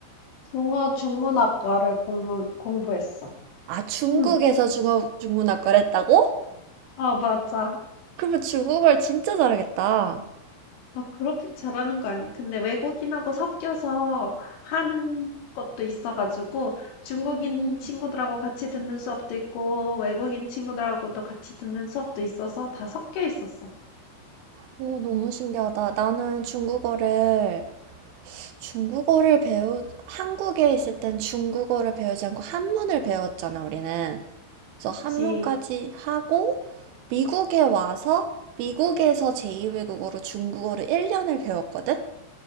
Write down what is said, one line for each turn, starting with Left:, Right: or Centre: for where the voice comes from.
Left: 중어 중문학과를 공부, 공부했어.
Right: 아, 중국에서
Left: 응.
Right: 중국 중문학과를 했다고?
Left: 아, 맞아.
Right: 그러면 중국어를 진짜 잘하겠다.
Left: 아 그렇게 잘하는 거 아니에요. 근데 외국인하고 섞여서 하는 것도 있어 가지고 중국인
Right: 음,
Left: 친구들하고 같이 듣는 수업도 있고 외국인 친구들하고도 같이 듣는 수업도 있어서 다 섞여 있었어.
Right: 오, 너무 신기하다. 나는 중국어를 중국어를 배우, 한국에 있을 땐 중국어를 배우지 않고 한문을 배웠잖아, 우리는. 그래서
Left: 그치.
Right: 한문까지 하고, 미국에 와서, 미국에서 제2외국어로 중국어를 1년을 배웠거든?